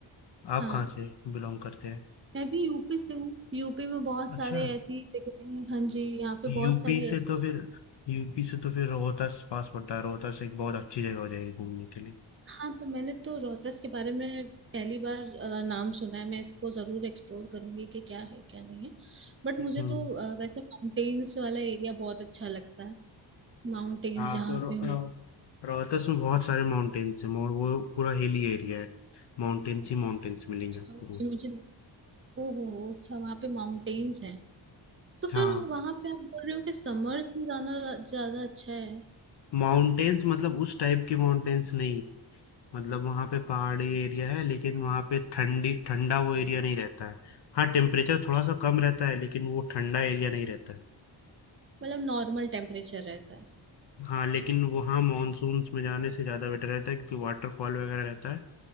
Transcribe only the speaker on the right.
हाँ
मैं भी यूपी से हूँ यूपी में बहुत सारे
ऐसी जगह हैं हाँ जी यहाँ पे
बहुत सारी
ऐसी
जगह
हाँ तो मैंने तो रोहतास के बारे में पहली बार अ, नाम सुना है मैं इसको जरूर एक्सप्लोर करूंगी कि क्या है क्या नहीं है बट
मुझे तो अ, वैसे माउंटेन्स वाला एरिया बहुत अच्छा लगता है माउंटेन्स
जहाँ
पे हो
तो
मुझे ओ हो हो, अच्छा वहाँ पे माउंटेन्स हैं तो
फिर वहाँ पे आप बोल रहे हो कि समर्स में जाना ज्यादा अच्छा है
मतलब नॉर्मल टेम्परेचर रहता है